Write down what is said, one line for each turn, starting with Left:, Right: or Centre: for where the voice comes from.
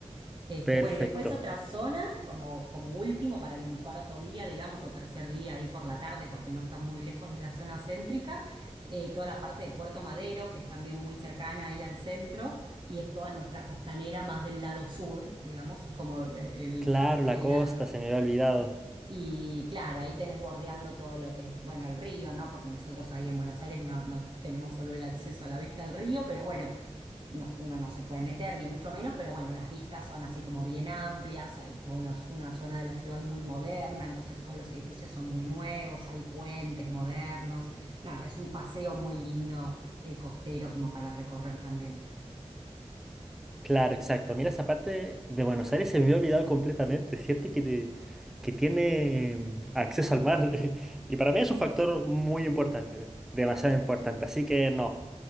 Right: Este,
Centre: perfecto.
Right: bueno, y después otra zona, como, como último para el cuarto día, digamos, o tercer día ahí por la tarde, porque no está muy lejos de la zona céntrica, eh, toda la parte de Puerto Madero, que es también muy cercana ahí al centro, y es toda nuestra costanera más del lado sur, digamos, es como el, el-
Centre: Claro, la
Right: el
Centre: costa,
Right: lado...
Centre: se me había olvidado.
Right: Y claro, ahí tenés bordeando todo lo que es, bueno, el río, ¿no? Porque nosotros ahí en Buenos Aires no, no tenemos solo el acceso a la vista al río, pero bueno. No, uno no se puede meter, ni mucho menos, pero bueno, las vistas son así como bien amplias, hay toda una, una zona de la ciudad muy moderna, entonces todos los edificios son muy nuevos, hay puentes modernos, nada, es un paseo muy lindo eh, costero como para recorrer también.
Centre: Claro, exacto. Mira, esa parte de Buenos Aires se me había olvidado completamente. Es cierto que, te- que tiene mm, acceso al mar. <laughs> Y para mí es un factor muy importante, demasiado importante. Así que no,